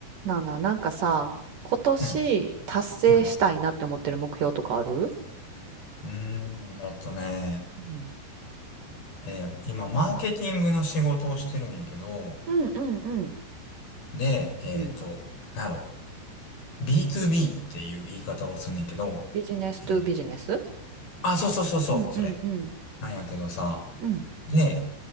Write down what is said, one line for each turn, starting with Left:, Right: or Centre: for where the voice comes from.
Right: なあなあ、なんかさ、今年達成したいなって思ってる目標とかある
Left: うん、うん。うーん、えっとね、
Right: うん
Left: えー今、マーケティングの仕事をしてるんやけど、
Right: うんうんうん
Left: で、えっと、
Right: うん
Left: なんやろ、B2B っていう言い方をすんねんけど、
Right: ビジネストゥビジネス
Left: えっと、あ、そうそうそうそう、
Right: うんうんうん
Left: それ。なんやけどさ、
Right: うん
Left: で、